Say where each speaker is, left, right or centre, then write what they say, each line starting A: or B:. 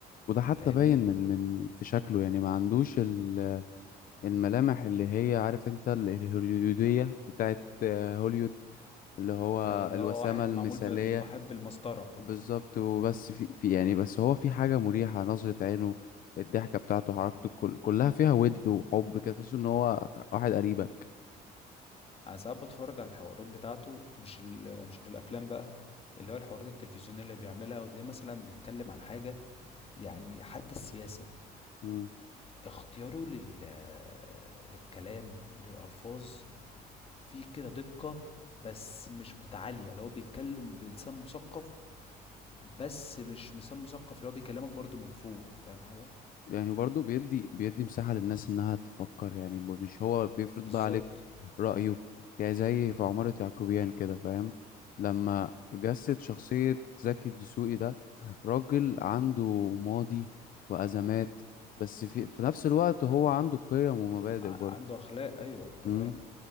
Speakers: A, on the left; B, on the left.
A: وده حتى
B: فاهمني
A: باين من من في شكله يعني ما عندوش ال... الملامح اللي هي عارف انت ال- الهوليودية بتاعت آه، هوليود اللي هو
B: أيوه، اللي
A: الوسامة
B: هو واحد
A: المثالية
B: معمول ب واحد بالمسطرة
A: بالظبط
B: <laughs>
A: وبس في في يعني بس هو في حاجة مريحة نظرة عينه الضحكة بتاعته حركته كل كلها فيها ود وحب كده تحس ان هو واحد قريبك
B: أنا ساعات باتفرج على الحوارات بتاعته مش ال مش الأفلام بقى اللي هو الحوارات التلفزيونية اللي بيعملها وتلاقيه مثلا بيتكلم عن حاجة يعني حتى السياسة
A: مم.
B: اختياره لل للكلام للألفاظ فيه كده دقة بس مش متعالية اللي هو بيتكلم بلسان مثقف بس مش لسان مثقف اللي هو بيكلمك برضه من فوق فاهم حاجة؟
A: يعني برضه بيدي بيدي مساحة للناس انها تفكر يعني ب- مش هو بيفرض
B: بالظبط
A: بقى عليك رأيه يعني زي في عمارة يعقوبيان كده فاهم لما جسد شخصية زكي الدسوقي ده راجل عنده ماضي وأزمات بس في في نفس الوقت هو عنده قيم ومبادئ
B: ع-
A: برضه
B: عنده أخلاق أيوه أنت
A: مم.
B: فاهم